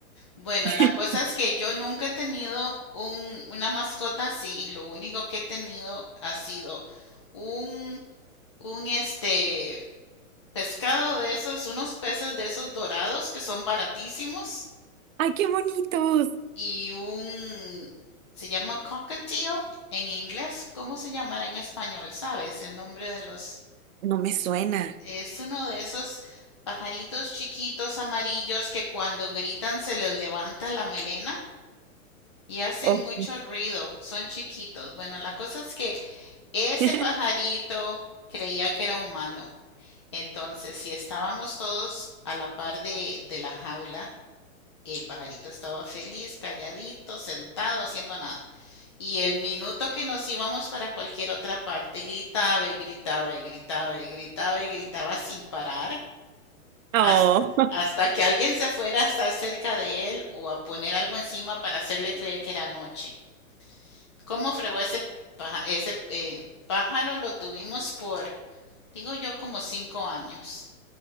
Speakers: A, on the left; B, on the right.
A: Bueno,
B: <laughs>
A: la cosa es que yo nunca he tenido un, una mascota así. Lo único que he tenido ha sido un, un este, pescado de esos, unos peces de esos dorados que son baratísimos
B: ¡Ay, qué bonitos!
A: y un, se llama cockatiel en inglés, ¿cómo se llamará en español? ¿Sabes el nombre de los?
B: No me suena.
A: Es uno de esos pajaritos chiquitos amarillos que cuando gritan se les levanta la melena y hacen
B: Ok.
A: mucho ruido, son chiquitos. Bueno, la cosa es que ese
B: <laughs>
A: pajarito creía que era humano. Entonces, si estábamos todos a la par de, de la jaula, El pajarito estaba feliz, calladito, sentado, haciendo nada. Y el minuto que nos íbamos para cualquier otra parte, gritaba y gritaba y gritaba y gritaba y gritaba sin parar
B: Oh,
A: hasta, hasta que alguien se fuera a estar cerca de él o a poner algo encima para hacerle creer que era noche. ¿Cómo fregó ese, paja- ese eh, pájaro? Lo tuvimos por, digo yo, como cinco años.